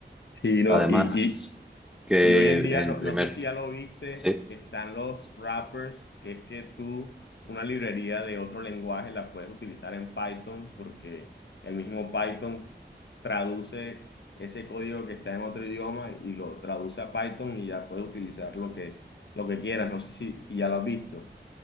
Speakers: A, on the left (about 75°); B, in the centre.
A: Y, no,
B: Además,
A: y, Ah,
B: que
A: Y hoy en
B: en
A: día, no,
B: primer...
A: no sé si ya lo viste,
B: Sí.
A: están los wrappers, que es que tú una librería de otro lenguaje la puedes utilizar en Python porque el mismo Python traduce ese código que está en otro idioma y lo traduce a Python y ya puedes utilizar lo que, lo que quieras. No sé si, si ya lo has visto.